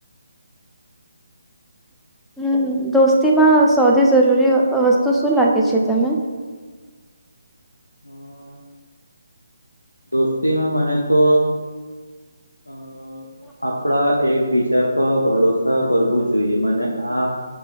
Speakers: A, in the centre; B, on the left.
A: હ દોસ્તીમાં સૌથી જરૂરી વસ્તુ શું લાગે છે તમે?
B: હા દોસ્તીમાં મને તો
A: <inaudible>
B: અ આપણા એકબીજા પર ભરોસા કરવું જોઈએ મને આ